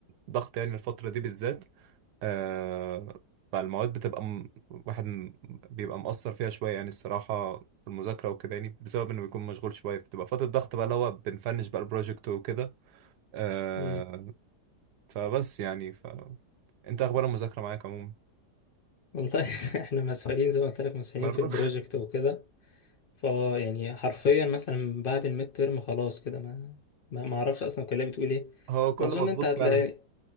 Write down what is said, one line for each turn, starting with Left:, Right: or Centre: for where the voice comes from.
Right: ضغط يعني الفترة دي بالذات آه فالمواد بتبقى م... واحد م... بيبقى مقصر فيها شوية يعني الصراحة في المذاكرة وكده يعني بسبب إنه بيكون مشغول شوية بتبقى فترة ضغط بقى اللي هو بنفنش بقى البروجكت وكده آه
Left: مم.
Right: فبس يعني ف أنت أخبار المذاكرة معاك عموما
Left: والله <laughs> احنا مسحولين زي ما قلت لك مسحولين
Right: برضه
Left: في البروجكت وكده فا يعني حرفيا مثلا بعد الميد ترم خلاص كده ما ما ما اعرفش اصلا الكلية بتقول ايه
Right: <laughs> هو كله
Left: واظن
Right: مضغوط
Left: انت هتلاقي
Right: فعلا